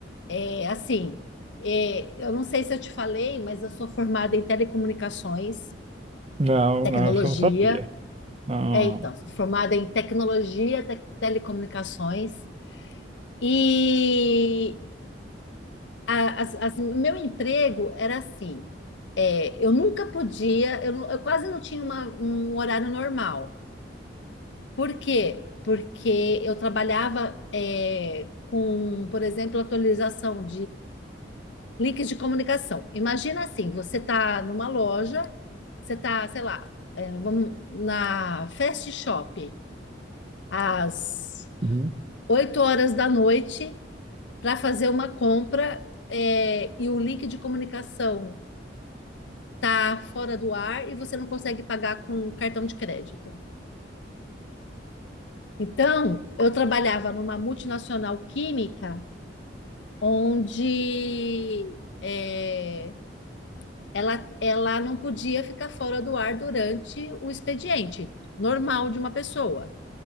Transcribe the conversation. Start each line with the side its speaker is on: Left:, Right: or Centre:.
Left: É, assim, é, eu não sei se eu te falei, mas eu sou formada em telecomunicações,
Right: Não,
Left: tecnologia.
Right: não, isso eu não sabia. Não.
Left: É, então, sou formada em tecnologia, te- telecomunicações. E a- as- as- meu emprego era assim: é, eu nunca podia, eu, não- eu quase não tinha uma- um horário normal. Por quê? Porque eu trabalhava é, com, por exemplo, atualização Links de comunicação. Imagina assim, você está numa loja, você está, sei lá, é, vamos- na Fast Shop, às
Right: Uhum.
Left: 8 horas da noite, para fazer uma compra, é, e o link de comunicação está fora do ar e você não consegue pagar com cartão de crédito. Então, eu trabalhava numa multinacional química, onde... é, ela, ela não podia ficar fora do ar durante o expediente normal de uma pessoa,